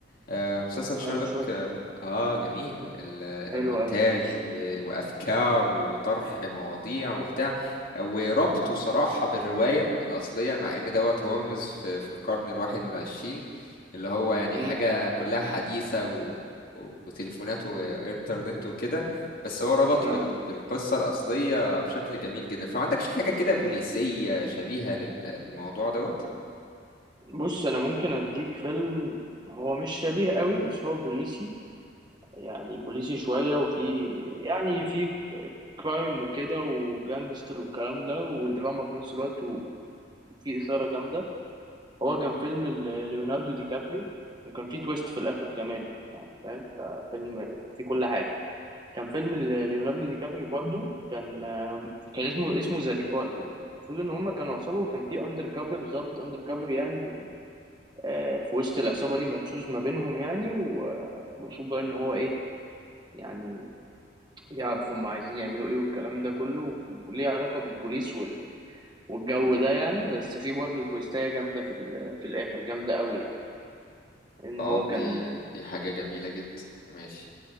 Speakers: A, on the left; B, on the right.
A: آه، مسلسل شيرلوك
B: اه شفته
A: اه آه، جميل ال-
B: حلو
A: المونتاج
B: قوي
A: و- وافكار وطرح مواضيع وبتاع وربطه صراحة بالرواية الأصلية مع إن دوت هولمز في, في القرن الواحد والعشرين اللي هو يعني
B: امم
A: حاجة كلها حديثة و... و- وتليفونات وإنترنت وكده بس هو ربط
B: اه
A: بال... بالقصة الأصلية بشكل جميل جدا فما عندكش حاجة كده بوليسية شبيهة لل- للموضوع دوت
B: بص انا ممكن اديك فيلم هو مش شبيه قوي بس هو بوليسي يعني بوليسي شوية وفي يعني في كرايم وكده وجانجستر والكلام ده ودراما في نفس الوقت و- وفي إثارة جامدة هو كان فيلم ل- ليوناردو دي كابريو وكان فيه تويست في الآخر كمان يعني فاهم ففيلم فيه كل حاجة كان فيلم ل- ليوناردو دي كابريو برضو كان كان اسمه اسمه ذا ديبارتد المفروض ان هما كانوا عصابه وكان في اندر كفر ضابط اندر كفر يعني آه، في وسط العصابه دي مدسوس ما بينهم يعني و- آه، المفروض بقى ان هو ايه يعني يعرفوا هم عايزين يعملوا ايه والكلام ده كله وليه علاقة بالبوليس وال... والجو ده يعني بس في برضه تويستاية جامدة في ال... في الآخر جامدة قوي يعني إن
A: اه
B: هو كان
A: دي دي حاجة جميلة جدا ماشي